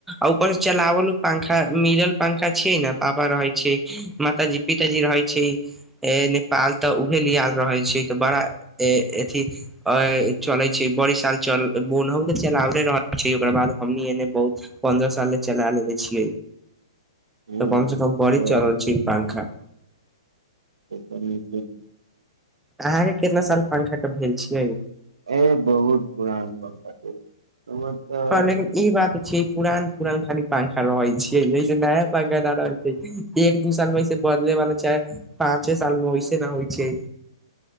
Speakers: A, in the centre; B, on the right.
A: ऊपर से चलावल पंखा मिलल पंखा छै ने पापा रहे छै माताजी पिताजी रहै छै। ए नेपाल त उहे लिए आर रहै छै तऽ बड़ा अथि चलै छै बड़ी साल चलनहु त चलावे रहल छै ओकरा बाद हमनी एने बहुत पन्द्रह साल से चला लेे छियै।
B: हम्म,
A: त कमसँ कम
B: ई
A: बड़ी
B: तऽ
A: चलल छै ई पंखा।
B: ओ त नीके छै।
A: अहाँके कितना साल पंखा के भेल छियै।
B: ओ बहुत पुरान पंखा छै। हमर तऽ
A: हॅं लेकिन ई बात छै पुरान पुरान खाली पंखा रहै छियै जैसे नया <unintelligible> एक दू साल मे ऐसे बदले वाला चाहे पाँचे साल मे वैसे ना होइ छै।